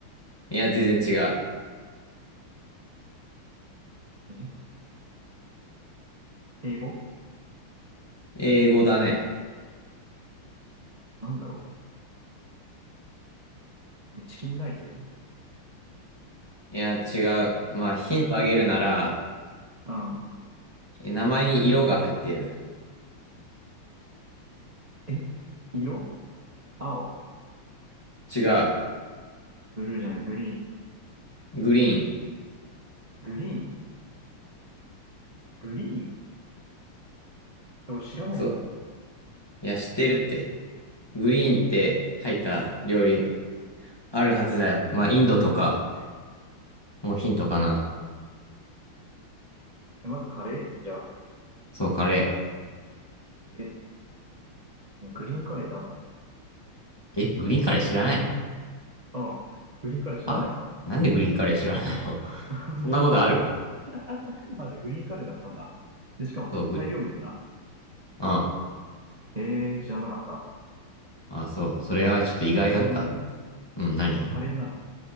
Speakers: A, on the left; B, on the right.
A: いや、全然違う。
B: え英語
A: 英語だね。
B: なんだろうえ、チキンライス
A: いや、違う。まあ、ヒントあげるなら、
B: うん。
A: え名前に色が入ってる。
B: え色青、
A: 違う。
B: ブルーじゃない、グリーン。
A: グリーン。
B: グリーングリーンって俺知らないかも。
A: そう。いや、知ってるって。グリーンって入った料理あるはずだよ。まあ、インドとか、もうヒントかな。
B: え、まずカレーじゃあ。
A: そう、カレ
B: え、ねグリーンカレーってあんの
A: ー。え、グリーンカレー知らないの
B: うん。グリーンカレー知らないわ。
A: はなんでグリーンカレー知らないの <laughs>
B: <laughs>
A: そんなことある
B: あ、じゃあグリーンカレーだったんだ。で、しかもタイ料理なんだ。
A: そう、グリ、うん。
B: えー、知らなかった。
A: あ、そう。それはちょっと意外だった。
B: え、ちなみに、
A: うん、何
B: カレーなの